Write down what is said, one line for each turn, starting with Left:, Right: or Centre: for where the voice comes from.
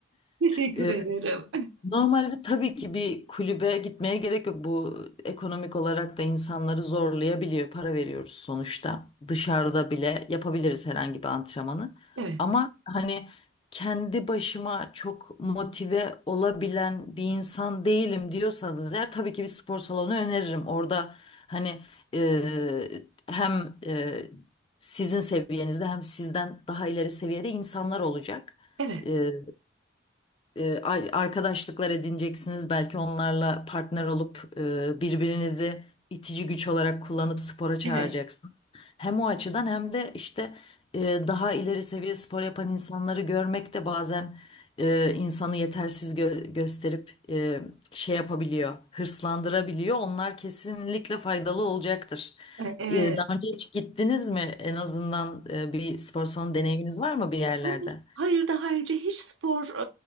Right: teşekkür
Left: <laughs>
Right: ederim.
Left: Normalde tabii ki bir kulübe gitmeye gerek yok. Bu ekonomik olarak da insanları zorlayabiliyor. Para veriyoruz sonuçta. Dışarıda bile yapabiliriz herhangi bir antrenmanı.
Right: <laughs>
Left: Ama
Right: Evet,
Left: hani kendi başıma çok motive olabilen bir insan değilim diyorsanız eğer tabii ki bir spor salonu öneririm. Orada hani e, hem e, sizin seviyenizde hem sizden daha ileri seviyede insanlar olacak.
Right: evet,
Left: E, e, a- arkadaşlıklar edineceksiniz. Belki onlarla partner olup e, birbirinizi itici güç olarak kullanıp spora çağıracaksınız.
Right: Evet,
Left: Hem o açıdan hem de işte e, daha ileri seviye spor yapan insanları görmek de bazen e, insanı yetersiz gö- gösterip e, şey yapabiliyor, hırslandırabiliyor. Onlar kesinlikle faydalı olacaktır.
Right: evet.
Left: E, Daha önce hiç gittiniz mi? En azından e, bir spor salonu deneyiminiz var mı bir yerlerde?
Right: Hayır, hayır, daha önce hiç spor